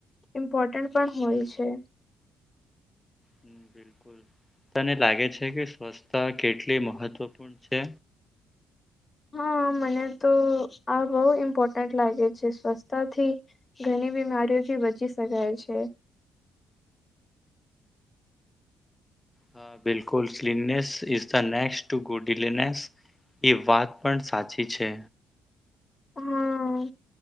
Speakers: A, on the left; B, on the left.
A: ઇમ્પોર્ટન્ટ પણ
B: હમ
A: હોય છે.
B: હમ્મ બિલકુલ તને લાગે છે કે સ્વસ્થતા કેટલી મહત્ત્વપૂર્ણ છે.
A: હા મને તો આ બહુ ઇમ્પોર્ટન્ટ લાગે છે સ્વચ્છતાથી ઘણી બીમારીઓથી બચી શકાય છે.
B: હ બિલકુલ cleanliness is the next to godliness. એ વાત પણ સાચી છે.
A: હા